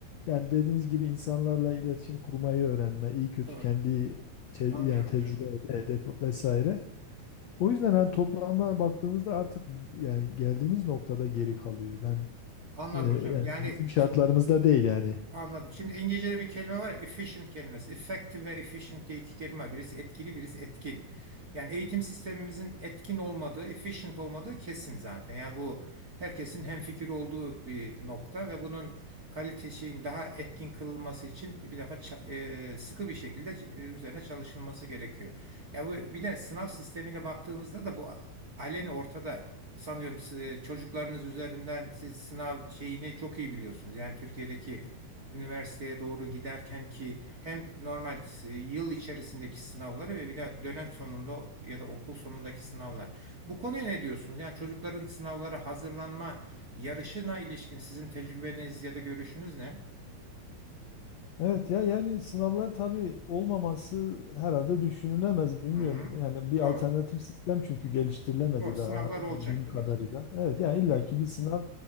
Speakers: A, on the left (about 75°); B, on the right (about 35°).
A: Yani dediğiniz gibi insanlarla iletişim kurmayı öğrenme, iyi kötü
B: doğru.
A: kendi te- yani
B: Anlıyorum
A: tecrübe,
B: hocam.
A: elde- hedef vesaire. O yüzden hani toplama baktığımızda artık yani geldiğimiz noktada geri kalıyor. Ben
B: Anladım
A: e, yani
B: hocam. Yani
A: bizim şartlarımızda değil yani.
B: Anladım. Şimdi İngilizce'de bir kelime var ya, efficient kelimesi. Effective ve efficient diye iki kelime var. Birisi etkili, birisi etkin. Yani eğitim sistemimizin etkin olmadığı, efficient olmadığı kesin zaten. Yani bu herkesin hemfikir olduğu bir nokta ve bunun kalitesinin daha etkin kılınması için bir defa ça- e, sıkı bir şekilde e, üzerine çalışılması gerekiyor. Ya bu bir de sınav sistemine baktığımızda da bu aleni ortada. Sanıyorum siz, e, çocuklarınız üzerinden siz sınav şeyini çok iyi biliyorsunuz. Yani Türkiye'deki üniversiteye doğru giderken ki hem normal s- yıl içerisindeki sınavları ve bir de dönem sonunda ya da okul sonundaki sınavlar. Bu konuya ne diyorsunuz? Yani çocukların sınavlara hazırlanma yarışına ilişkin sizin tecrübeniz ya da görüşünüz ne?
A: Evet ya yani sınavlar tabii olmaması herhalde düşünülemez bilmiyorum.
B: Hı hı.
A: Yani bir
B: Doğru.
A: alternatif sistem çünkü geliştirilemedi
B: Doğru. Sınavlar
A: daha bildiğim
B: olacak tabii
A: kadarıyla.
B: ki.
A: Evet yani illaki
B: Hı.
A: bir sınav